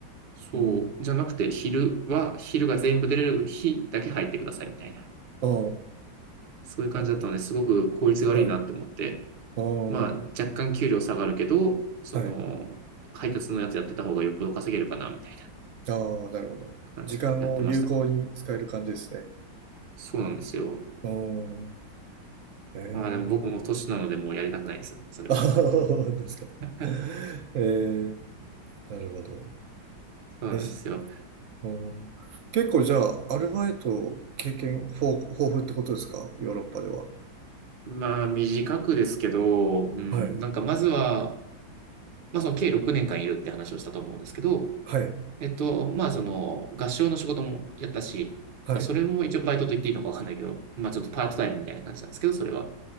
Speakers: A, on the right; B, on the right.
A: そう、
B: うん。
A: じゃなくて、昼は、昼が全部出れる日だけ入ってくださいみたいな。
B: ああ、
A: そういう感じだったので、
B: なるほ
A: すごく効率が悪いなって思って。
B: ど。はい。ああ、
A: まあ、若干給料下がるけど、その、
B: はい。
A: 配達のやつやってた方がよっぽど稼げるかな、みたい
B: ああ、なるほど。
A: な感じでやってましたね。
B: 時間を有効に使える感じですね。
A: そうなんですよ。
B: ああ、ええ
A: まあでも僕も年なのでもうやりたくないです、それは。
B: ああ、確かに。
A: <laughs>
B: ええなるほど。
A: そうなんですよ。
B: えうん、結構じゃあ、アルバイト経験豊豊富ってことですかヨーロッパでは。
A: まあ短くですけど、うん、
B: はい。
A: なんかまずは、まあその計6年間いるって話をしたと思うんですけど、
B: はい。
A: えっと、まあその合唱の仕事もやったし、
B: はい。
A: まあそれも一応バイトと言っていいのかわかんないけど、まあちょっとパートタイムみたいな感じなんですけど、それは。